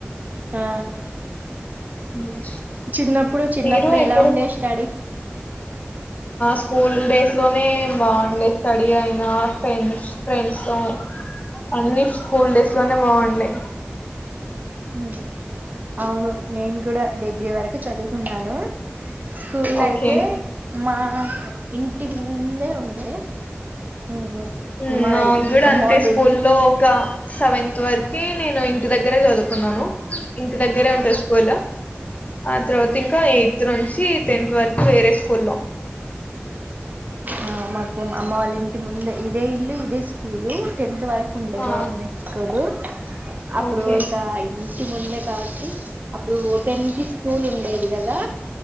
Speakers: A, on the right; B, on the left.
A: ఆ
B: హ్మ్
A: చిన్నప్పుడు చిన్నప్పుడు
B: మీరు
A: ఎలా
B: ఎక్కడఆ
A: ఉండే స్టడీ
B: స్కూల్ డేస్ లోనే బాగుండే, స్టడీ అయినా ఫ్రెండ్స్ ఫ్రెండ్స్ తో అన్నీ, స్కూల్ డేస్ లోనే బాగుండే
A: ఉ అవును నేను గుడా డిగ్రీ వరకు చదువు ఉన్నానూ స్కూలై
B: ఓకే
A: తే మా ఇంటి మూందే ఉండే ఉమ్,
B: ఉమ్
A: మా
B: నాగ్గూడా
A: అమ్మ
B: అంతే
A: వాళ్ళ
B: స్కూల్లో
A: ఇల్లు
B: ఒక సెవెంత్ వరకి నేను ఇంటి దగ్ గ్గరే చదువుకున్నానూ ఇంంటి దగ్గరే ఉంటది స్కూలు ఆ త్రోత్ ఇంకా యేత్ నుంచ్ కీ టెన్త్ వరకు వేరే స్కూల్లో
A: ఆ మాకు మా అమ్మ వాళ్ళ ఇంటి ముందే ఇదే ఇల్లు ఇదే స్కూల్ టెన్త్ వరకు ఉండే
B: ఆ,
A: గవర్నమెంట్ స్కూల్. అప్పుడు
B: ఓకే
A: ఇక ఈ ముందే కాబట్టి అప్పుడు ఓ టెన్ కి స్కూల్ ఉండేది కదా